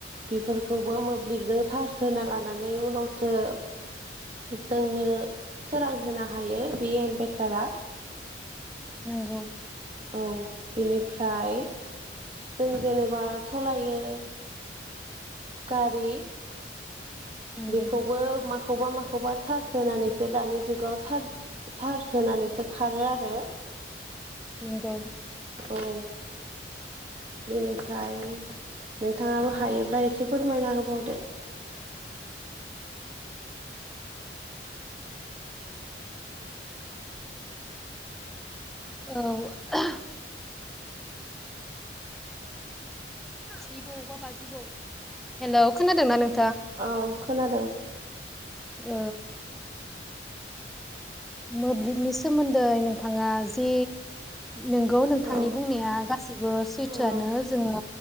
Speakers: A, on the right; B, in the centre.
A: बेफोरखौबो मोब्लिबजों चार्ज होना लानानै उनावसो जोंनो सोरांहोनो हायो बे एनभेटारा
B: नोंगौ
A: औ बिनिफ्राय जों जेनेबा सलायो गारि
B: नोंगौ
A: बेखौबो माखौबा माखौबा चार्स होनानैसो दानि जु जुगाव चार्ज होनानैसो खारो आरो
B: नोंगौ
A: औ बेनिफ्राय नोंथाङाबो हायोब्ला एसे फोरमायना होबावदो
B: औ <unintelligible> जिबौ बा बा जिबौ हेलौ खोनादोंना नों
A: औ खोनादों
B: औ मोब्लिबनि सोमोन्दै नोंथाङा जि नोंगौ नोंथांनि
A: औ
B: बुंनाया गासिबो सैथोआनो
A: औ
B: जोङो